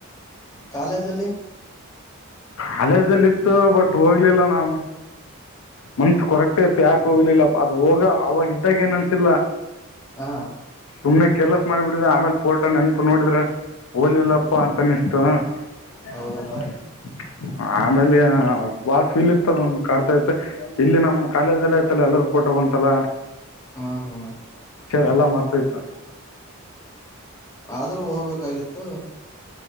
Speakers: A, on the left; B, on the left.
A: ಕಾಲೇಜಲ್ಲಿ
B: ಕಾಲೇಜಲ್ಲಿ ಇತ್ತು ಬಟ್ ಹೋಗ್ಲಿಲ್ಲ ನಾ ಮನ್ಸ ಕೊರಕ್ಟ ಐತಿ ಯಾಕ ಕೋಗ್ಲ ಇಲ್ಲ ಅದು ಹೋಗ ಅವಾಗ ಇದ್ದಾಗ ಏನ್ ಅನ್ಸಿಲ್ಲ
A: ಹಾ
B: ಸುಮ್ನೆ ಕೆಲಸ್ ಮಾಡಿಬಿಡಿದೆ ಆಮೇಲ್ ಪೋರ್ಟ ನೆನಪು ನೋಡಿದ್ರ ಹೋಲಿಲ್ಲಪ್ಪಾ ಅಂತ ಅನಿಸ್ತು ಹಂಚ
A: ಹೌದಲ್ಲ
B: ನಂಬರ್ ಕ ಆಮೇಲೆ ಬಾಳ ಫೀಲ್ ಇತದ ಒಂದು ಕರ್ತೈತೆ ಇಲ್ಲಿ ನಮ್ಮ್ ಕಾಲೇಜಲ್ಲ ಎಲ್ಲರೂ ಪೋಟ ಬಂತಲ್ಲ
A: ಹಾ ಹಾ
B: ಎಲ್ಲ ಮ್ತತ
A: ಆದ್ರೂ ಹೋಗ್ಬೇಕಾಗಿತ್ತು